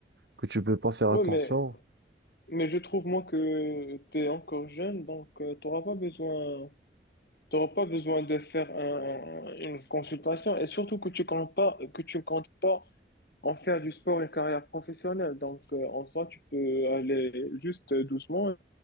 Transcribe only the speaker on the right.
que tu peux pas faire
attention.